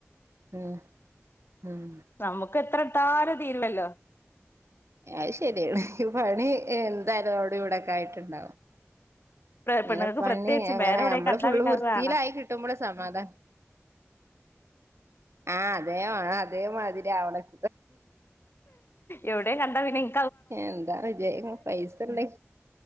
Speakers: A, on the right (about 70°); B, on the left (about 50°).
A: ഉം ഉം
B: നമുക്ക് എത്രട്ടാലുംതീരുല്ലല്ലോ
A: അയ് ശരിയാണ് പണി എന്താലും അവഡിം ഇവടെക്കെ ആയിട്ടുണ്ട ഇങ്ങനെ
B: പെണ്ണുങ്ങൾക്ക്
A: പണി
B: പ്രത്യേകിച്ചും
A: അങ്ങനെ
B: വേറെ എവിടെയും
A: നമ്മള്
B: കണ്ടാ
A: ഫുള്ള്
B: പിന്നെ
A: വൃത്തിയിലായി
B: അത് വേണം
A: കിട്ടുമ്പോള സമാദ ആഹ് അതേ മാണ അതേമാതിരി ആവണ <inaudible>
B: എഹുടെ കണ്ട പിന്നെ ഇ
A: എന്താ വിജയ പൈസ ഇണ്ടെ